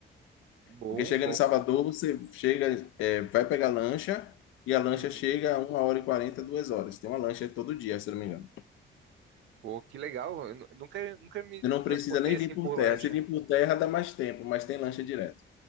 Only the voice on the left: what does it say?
Porque chegando
em Salvador, você chega, é, vai pegar lancha e a lancha
chega a uma hora e quarenta, duas horas. Tem uma lancha todo dia, se eu não me engano.
Você não
precisa nem
vir por
terra.
Se vir por terra, dá mais tempo, mas tem lancha direto.